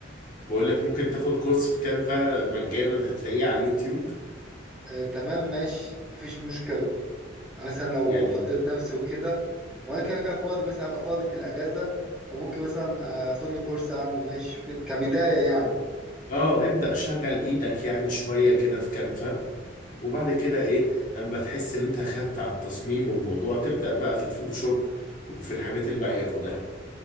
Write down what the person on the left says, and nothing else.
بقول لك ممكن تاخد كورس في كانفا مجانا هتلاقيه على اليوتيوب
يعني
اه ابدأ شغل ايدك يعني شوية كده في كانفا وبعد كده ايه اما تحس ان انت خدت على التصميم والموضوع تبدأ بقى في الفوتوشوب وفي الحاجات الباقية كلها